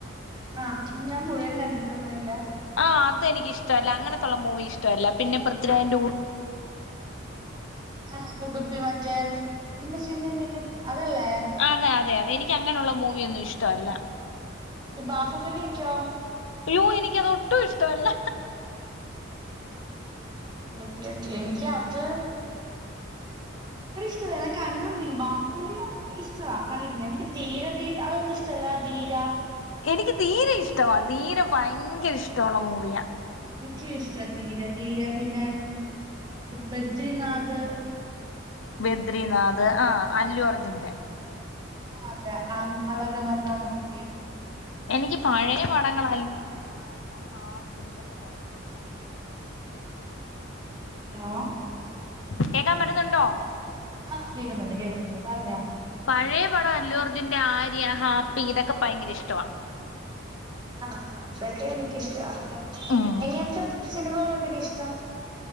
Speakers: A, on the right (about 20°); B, on the left (about 75°).
A: ആഹ ഞാൻ മുഴുവൻ കണ്ടിട്ടൊന്നും അല്ല
B: ആഹ് അത് എനിക്ക് ഇഷ്ടല്ല അങ്ങനത്തുള്ള മൂവി ഇഷ്ടവല്ല പിന്നെൃഥവിരാജ്റെൂ
A: ആ ഉടുപ്പി മറ്റേ പിന്നെ സിന്നി മിന്നി അതല്ലേ
B: അതെ അതെ അതെ എനിക്ക് അങ്ങനെയുള്ള മൂവിയ ഒന്നും ഇഷ്ടവല്ല
A: ഈ ബാഹുബിലക്കെയോ
B: അയ്യോ എനിക്ക അത് ഒട്ടും ഇഷ്ടല്ല
A: ഓക്കെ ഒക്കെ എനിക്ക് അത് ഇരി ഇഷ്ടല്ലെ കണ്ടുകണ്ടിരിക്ക ബാഹുബലി ഇഷ്ട കണ്ടിരിക്കുന്ന എനിക്ക് ധീര ധീര അതൊന്നും ഇഷ്ടമല്ല ധീര
B: എനിക്ക് ധീരെ ഇഷ്ടമാണ് ധീരെ ഭയങ്കര ഇഷ്ടമുള്ള മൂവിയാ
A: എനിക്ക ഇഷ്ടം ധീര ധീര പിന്നെ ബദ്രിനാഥ്
B: ബദ്രനാഥ് ആ് അല്ലു അർജുന്റെ
A: ആ അതെ ആ അളക നന്താന്നൊക്കെ പേര്
B: എനിക്ക് പഴയ പടങ്ങൾ അല്ലോത്തിന്റെ ആര്യ ഹാഫി ഇതൊക്കെയ
A: ഹലോ
B: കേൾക്കാ പറ്റുന്നുണ്ടോ
A: ആഹ് കേക്കുന്നുണ്ട് കേൾക്കുന്നുണ്ട് പറഞ്ഞോ
B: പഴെപടം അല്ലുവർജിന്റെ ആര്യ ഹാപ്പി ഇതൊക്കെ ഭയങ്കര ഇഷ്ടുവ
A: ആഹ് ആ അതൊക്കെ എനിക്കിഷ്ടാ
B: ഉം
A: എങ്ങനത്തെ സിനിമകളെ പിന്നെ ഇഷ്ടം